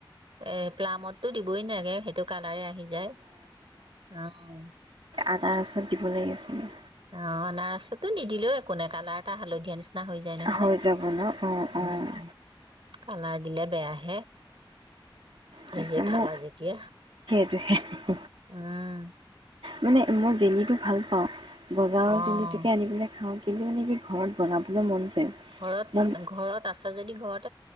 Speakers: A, on the right (about 75°); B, on the right (about 90°).
A: এ প্লামতো দিবই নালাগে সেইটো কাল আহি যায়। অ'
B: আনাৰচত দিব লাগি আছিলে।
A: অ'আনাৰসতো নিদিলেও একো নে কালাৰ এটা হালধীয়া নিচিনা নি হৈ যায় নহয়।
B: হৈ যাব ন? অ', অ',
A: উম, কালাৰ দিলে বেয়া আহে।
B: তাকে
A: নিজে
B: মোৰ
A: খাবা যেতিয়া।
B: <inaudible>
A: উম,
B: মানে মই জনিটো ভাল পাওঁ। বজাৰৰ
A: অ',
B: জিলিটোকে আনি পেলাই খাওঁ। মে <unintelligible> কি ঘৰত বনাবলৈ মন যায়।
A: ঘৰত-ঘৰত
B: মন
A: আছে। তই যদি ঘৰত